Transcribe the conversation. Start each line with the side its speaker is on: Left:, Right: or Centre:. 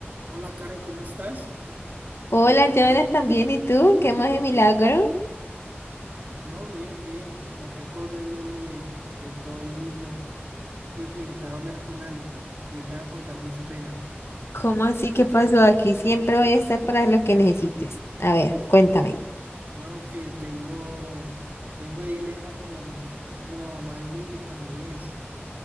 Right: Hola Karen, ¿cómo estás?
Left: Hola, Jonas, también. ¿Y tú? ¿Qué más de milagro?
Right: No, bien, bien. Aquí acordándome de todo el mundo. que Necesitaba hablar con alguien, necesitaba contar mis penas.
Left: ¿Cómo así? ¿Qué pasó aquí? Siempre voy a estar para lo que necesites. A ver, cuéntame.
Right: No, que tengo, tengo ahí lema con, con la mamá del niño, con mi ex.